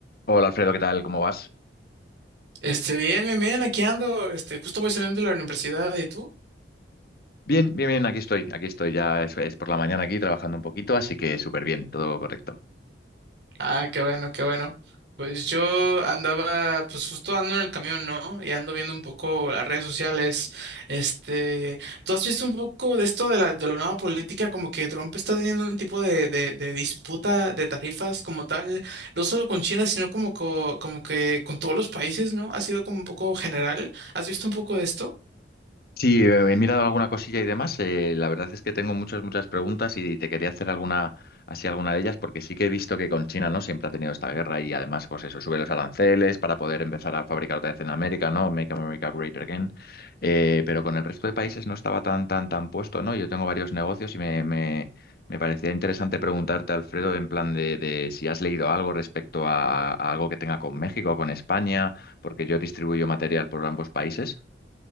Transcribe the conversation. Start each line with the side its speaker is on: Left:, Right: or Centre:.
Left: Hola Alfredo, ¿qué tal? ¿Cómo vas?
Right: Este, bien, bien, bien, aquí ando. Este, justo voy saliendo de la universidad, ¿y tú?
Left: Bien, bien, bien, aquí estoy, aquí estoy, ya es, es por la mañana aquí trabajando un poquito, así que súper bien, todo correcto.
Right: Ah, qué bueno, qué bueno. Pues yo andaba, pues justo ando en el camión, ¿no? Y ando viendo un poco las redes sociales. Este, ¿tú has visto un poco de esto de la, de la nueva política? Como que Trump está teniendo un tipo de, de, de disputa de tarifas como tal, no solo con China, sino como, co- como que con todos los países, ¿no? Ha sido como un poco general. ¿Has visto un poco de esto?
Left: Sí, eh, he mirado alguna cosilla y demás. eh, la verdad es que tengo muchas, muchas preguntas y te quería hacer alguna, así alguna de ellas, porque sí que he visto que con China, ¿no? Siempre ha tenido esta guerra y además, pues eso, sube los aranceles para poder empezar a fabricar otra vez en América, ¿no? Make America Great Again. Eh, pero con el resto de países no estaba tan, tan, tan puesto, ¿no? Yo tengo varios negocios y me, me, me parecía interesante preguntarte, Alfredo, en plan de, de si has leído algo respecto a, a algo que tenga con México o con España, porque yo distribuyo material por ambos países.